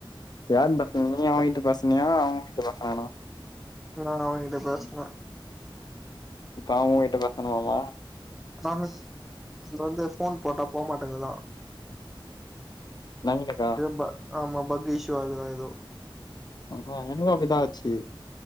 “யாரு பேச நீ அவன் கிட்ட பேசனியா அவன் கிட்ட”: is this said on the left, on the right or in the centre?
Left